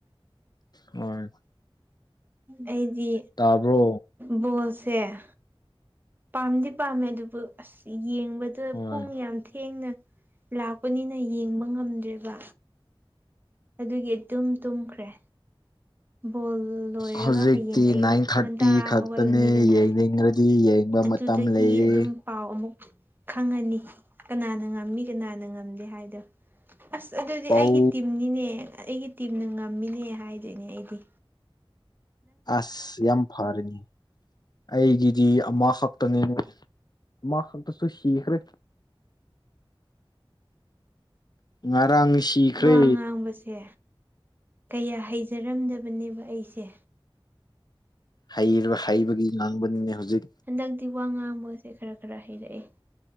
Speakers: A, on the left (about 45°); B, on the right (about 20°).
A: ꯍꯣꯏ
B: ꯑꯩꯗꯤ
A: ꯇꯥꯕ꯭ꯔꯣ
B: ꯕꯣꯜ ꯁꯦ ꯄꯥꯝꯗꯤ ꯄꯥꯝꯃꯦ ꯑꯗꯨꯕꯨ ꯑꯁ ꯌꯦꯡꯕꯗꯨ
A: ꯍꯣꯏ
B: ꯄꯨꯡ ꯌꯥꯝ ꯊꯦꯡꯅ ꯂꯥꯛꯄꯅꯤꯅ ꯌꯦꯡꯕ ꯉꯝꯗ꯭ꯔꯤꯕ ꯑꯗꯨꯒꯤ ꯑꯇꯨꯝ ꯇꯨꯝꯈ꯭ꯔꯦ ꯕꯣꯜ ꯂꯣꯏꯔꯒ
A: ꯍꯧꯖꯤꯛꯇꯤ
B: ꯍꯌꯦꯡ ꯑꯌꯨꯛ
A: ꯅꯥꯏꯟ ꯊꯥꯔꯇꯤ
B: ꯉꯟꯇꯥ
A: ꯈꯛꯇꯅꯦ
B: ꯍꯧꯒꯠꯂꯅꯤꯗꯅ
A: ꯌꯦꯡꯅꯤꯡꯔꯗꯤ ꯌꯦꯡꯕ
B: ꯑꯗꯨꯗꯒꯤ
A: ꯃꯇꯝ ꯂꯩꯌꯦ
B: ꯑꯗꯨꯝ ꯄꯥꯎ ꯑꯃꯨꯛ ꯈꯪꯉꯅꯤ ꯀꯅꯥꯅ ꯉꯝꯃꯤ ꯀꯅꯥꯅ ꯉꯝꯗꯦ ꯍꯥꯏꯗꯣ ꯑꯁ ꯑꯗꯨꯗꯤ
A: ꯄꯧ
B: ꯑꯩꯒꯤ ꯇꯤꯝꯅꯤꯅꯦ ꯑꯩꯒꯤ ꯇꯤꯝꯅ ꯉꯝꯃꯤꯅꯦ ꯍꯥꯏꯗꯣꯏꯅꯦ ꯑꯩ ꯍꯤꯞꯄꯤ
A: ꯑꯁ ꯌꯥꯝ ꯐꯔꯦꯅꯦ ꯑꯩꯒꯤꯗꯤ ꯑꯃ ꯈꯛꯇꯅꯤꯅꯦ ꯑꯃꯈꯛꯇꯁꯨ ꯁꯤꯈ꯭ꯔꯦ ꯉꯔꯥꯡ ꯁꯤꯈ꯭ꯔꯦ
B: ꯋꯥ ꯉꯥꯡꯕꯁꯦ ꯀꯌꯥ ꯍꯩꯖꯔꯝꯗꯕꯅꯦꯕ ꯑꯩꯁꯦ
A: ꯍꯩ ꯍꯩꯕꯒꯤ ꯉꯥꯡꯕꯅꯤꯅꯦ ꯍꯧꯖꯤꯛ
B: ꯍꯟꯗꯛꯇꯤ ꯋꯥ ꯉꯥꯡꯕꯁꯦ ꯈꯔ ꯈꯔ ꯍꯩꯔꯛꯑꯦ